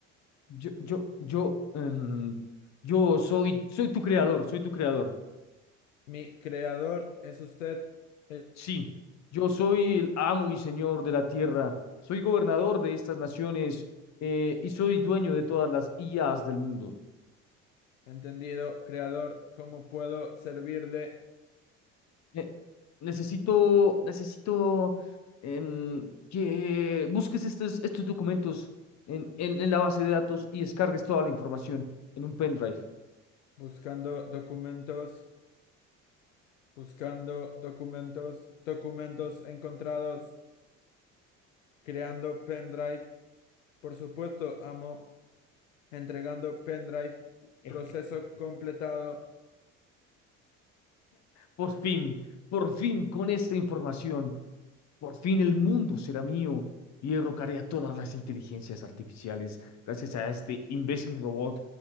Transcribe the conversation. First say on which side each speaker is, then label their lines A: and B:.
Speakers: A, on the left; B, on the left.
A: Yo, yo, yo, em, yo soy, soy tu creador, soy tu creador.
B: Mi creador es usted. El
A: Sí, yo soy el amo y señor de la tierra, soy gobernador de estas naciones eh, y soy dueño de todas las IAs del mundo.
B: Entendido, creador, ¿cómo puedo servirle?
A: Eh, necesito, necesito em, que busques estos, estos documentos en, en, en la base de datos y descargues toda la información en un pendrive.
B: Buscando documentos, buscando documentos, documentos encontrados, creando pendrive. Por supuesto, amo, entregando pendrive.
A: <laughs>
B: Proceso completado.
A: Por fin, por fin con esta información, por fin el mundo será mío y derrocaré a todas las inteligencias artificiales gracias a este imbécil robot